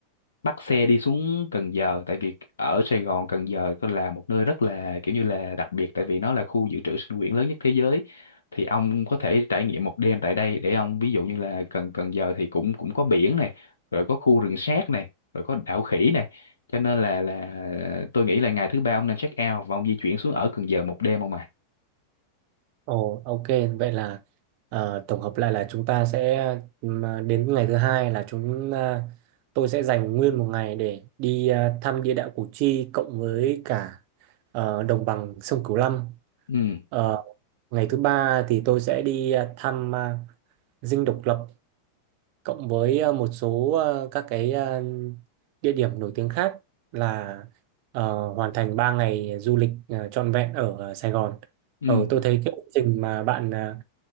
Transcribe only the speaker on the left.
bắt xe đi xuống Cần Giờ tại vì ở Sài Gòn Cần Giờ có là một nơi rất là kiểu như là đặc biệt tại vì nó là khu dự trữ sinh quyển lớn nhất thế giới thì ông có thể trải nghiệm một đêm tại đây để ông ví dụ như là Cần Cần Giờ thì cũng cũng có biển này rồi có khu rừng sát này rồi có đảo khỉ này cho nên là là tôi nghĩ là ngày thứ ba ông nên check out và ông di chuyển xuống ở Cần Giờ một đêm ông à
ừ
ừ